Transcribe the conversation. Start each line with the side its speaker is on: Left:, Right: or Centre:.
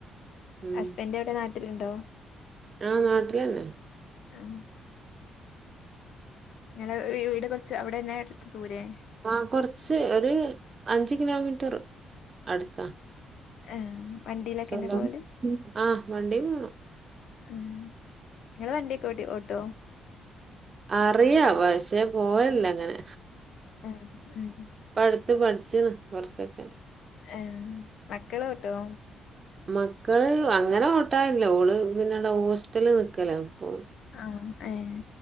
Right: ഉം.
Left: ഹസ്ബൻഡ് എവടെ നാട്ടിലുണ്ടോ
Right: ആഹ് നാട്ടിലന്നെ
Left: ആഹ് ങ്ങളടെ വീട് കുറച്ച് അവിടെന്നെ ദൂരെ
Right: ആഹ് കൊറച്ച് ഒരു അഞ്ച് കിലോമീറ്റർ അട്ത്താ
Left: ആഹ് വണ്ടിയിലൊക്കെന്നെ
Right: സ്വന്തം
Left: പോവല്
Right: ആഹ് വണ്ടിം വേണം
Left: ഉം ങ്ങള് വണ്ടിയൊക്കെ ഓട്ടി ഓട്ടോ
Right: അറിയാ പക്ഷേ പോവൽല്ല അങ്ങനെ
Left: ആഹ് ഉം
Right: പ്പടുത്ത് പഠിച്ച്ണ് കൊർചൊക്കെ
Left: ഏഹ് മക്കളോട്ടോ
Right: മക്കള് അങ്ങനെ ഓട്ടാറില്ല ഓള് പിന്നടെ ഹോസ്റ്റല് നിക്കലാ അപ്പൊ
Left: ആഹ് ഏഹ്